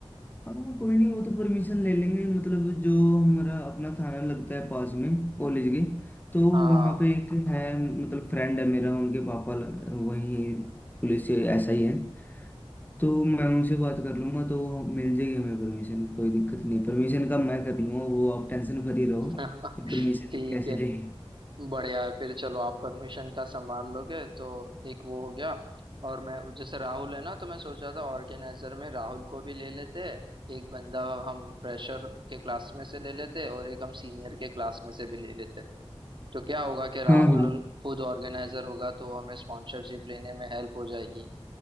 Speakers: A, on the left (about 15°); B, on the right (about 50°).
A: हाँ कोई नहीं वो तो परमिशन ले लेंगे मतलब जो हमारा अपना थाना लगता है पास में कॉलेज के तो
B: हाँ
A: वहाँ पे एक है मतलब फ्रेंड है मेरा उनके पापा ल- वही पुलिस एसआई है तो मैं उनसे बात कर लूंगा तो वो मिल जाएगी हमें परमिशन कोई दिक्कत नहीं परमिशन का मैं कर लूंगा वो आप टेंशन फ्री रहो
B: <laughs>
A: कि परमिशन
B: ठीक
A: कैसे
B: है
A: लेगी
B: बढ़िया है फिर चलो आप परमिशन का संभाल लोगे तो एक वो हो गया और मैं जैसे राहुल है ना तो मैं सोचा था ऑर्गेनाइजर में राहुल को भी ले लेते एक बंदा हम फ्रेशर के क्लास में से ले लेते और एक हम सीनियर के क्लास में से भी ले लेते तो क्या होगा कि राहुल
A: हाँ हाँ
B: खुद ऑर्गेनाइजर होगा तो हमें स्पॉन्सरशिप लेने में हेल्प हो जाएगी